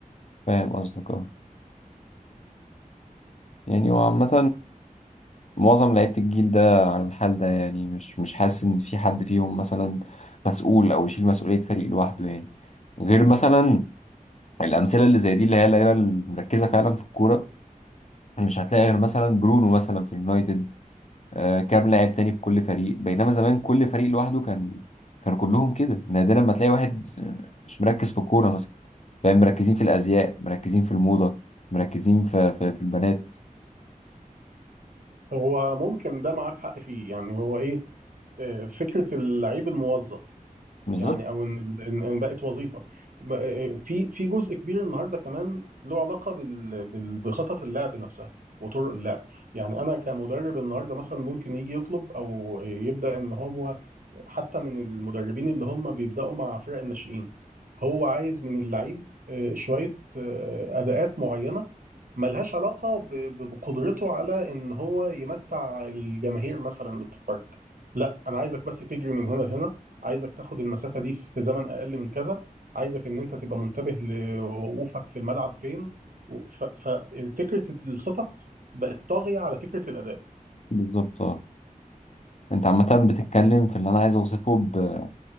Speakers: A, on the left; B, on the right.
A: فاهم قصدك اه يعني وعامه معظم لعيبه الجيل ده على الحال ده يعني مش مش حاسس ان في حد فيهم مثلا مسؤول او يشيل مسؤوليه فريق لوحده يعني غير مثلا الامثله اللي زي دي اللي هي اللعيبه المركزه فعلا في الكوره مش هتلاقي غير مثلا برونو مثلا في اليونايتد آه كام لاعب تاني في كل فريق بينما زمان كل فريق لوحده كان كان كلهم كده نادرا ما تلاقي واحد آه، مش مركز في الكورة مثلا فاهم مركزين في الأزياء مركزين في الموضة مركزين في في, في البنات
B: هو ممكن ده معاك حق فيه يعني هو ايه آه، فكره اللعيب الموظف يعني
A: بالظبط
B: او ان إن- إن بقت وظيفه ب- آه، في في جزء كبير النهارده كمان له علاقه بال- بال- بخطط اللعب نفسها وطرق اللعب يعني انا كمدرب النهارده مثلا ممكن يجي يطلب او يبدا ان هو حتى من المدربين اللي هم بيبدأوا مع فرق الناشئين هو عايز من اللعيب آه، شوية آه، أداءات معينة ملهاش علاقة ب- ب- بقدرته على إن هو يمتع الجماهير مثلا اللي بتتفرج لا أنا عايزك بس تجري من هنا لهنا عايزك تاخد المسافة دي في زمن أقل من كذا عايزك إن أنت تبقى منتبه لوقوفك في الملعب فين ففكرة الخطط بقت طاغية على فكرة الأداء
A: بالظبط اه انت عامة بتتكلم في اللي انا عايز اوصفه ب-